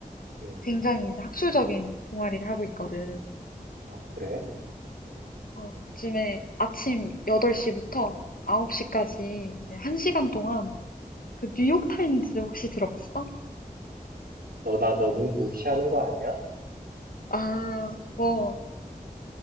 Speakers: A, on the right; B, on the left.
A: 음.
B: 굉장히 이제 학술적인 동아리를 하고 있거든.
A: 아, 그래?
B: 어, 요즘에 아침 8시부터 9시까지 이제 1시간 동안 그 뉴욕타임즈 혹시 들어봤어?
A: 너 나 너무 무시하는 거 아니야?
B: 아, 뭐,